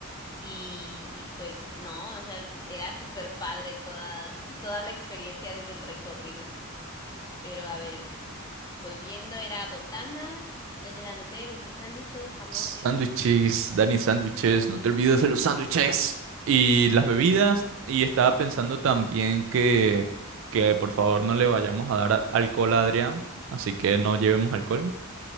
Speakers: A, on the left; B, on the right.
A: y, y pues no, o sea, era súper padre toda, toda la experiencia desde el recorrido. Pero a ver, volviendo, era botanas, desde la anoté 20 sándwiches, jamón,
B: Sándwiches,
A: queso
B: Dani, sándwiches, no te olvides de los sándwiches.
A: y
B: Y las bebidas. Y estaba pensando también que, que por favor no le vayamos a dar alcohol a Adrián. Así que no llevemos alcohol.